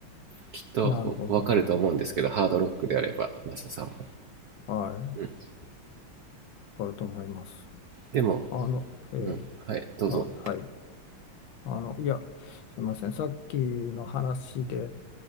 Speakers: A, on the right (about 70°); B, on the left (about 70°).
A: きっとわかると思うんですけどハードロックであればマサさんも。
B: なるほどね。はい。わ
A: うん、
B: かると思います。
A: でも、
B: あの、ええ、
A: うん、はいどうぞ。
B: あ、はい。あの、いや、すいません。さっきの話で、